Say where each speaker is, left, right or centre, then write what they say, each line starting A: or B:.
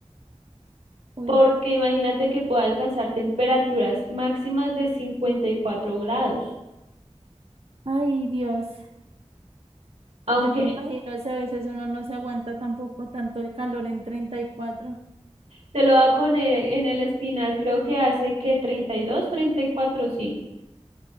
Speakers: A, on the right (about 55°); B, on the right (about 70°).
A: Uy,
B: porque imagínate que pueda alcanzar temperaturas máximas de 54 grados.
A: ay Dios.
B: Aunque
A: Yo me imagino si a veces uno no se aguanta tampoco tanto el calor en 34 y cuatro
B: te lo va a poner en el espinal, creo que hace que treinta treinta y dos, treinta y cuatro, sí.